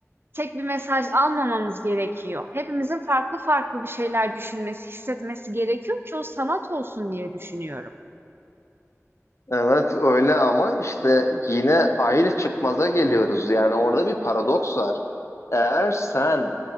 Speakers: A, on the right (about 45°); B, on the left (about 60°).
A: tek bir mesaj almamamız gerekiyor. Hepimizin farklı farklı bir şeyler düşünmesi, hissetmesi gerekiyor ki o sanat olsun diye düşünüyorum.
B: Evet öyle ama işte yine aynı çıkmaza geliyoruz. Yani orada bir paradoks var. Eğer sen